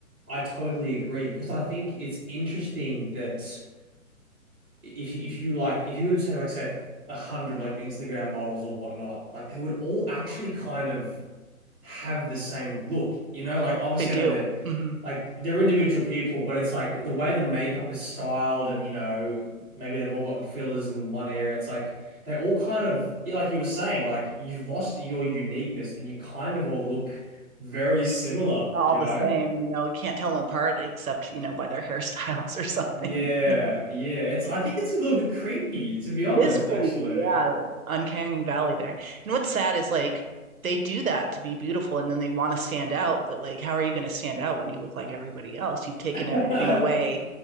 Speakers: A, in the centre; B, on the right (about 70°).
A: I totally agree because I think it's interesting that. if you, if you like if you were to say like say a hundred like Instagram models or whatnot, like they would all actually kind of have the same look, you know? Like obviously
B: They do.
A: I know they're
B: hmm
A: like they're individual people, but it's like the way the makeup is styled and you know maybe they've all gotten fillers in one area. It's like they all kind of yeah, like you were saying, like you've lost your uniqueness and you kind of all look very similar,
B: all
A: you
B: the
A: know?
B: same, you know, you can't tell them apart except, you know, by their <laughs> hairstyles or something,
A: Yeah,
B: you know.
A: yeah. It's I think it's a little bit creepy, to be honest,
B: It is creepy,
A: actually.
B: yeah. Uncanny Valley there. And what's sad is like they do that to be beautiful and then they want to stand out, but like how are you going to stand out when you look like everybody else? You've taken
A: <laughs>
B: everything away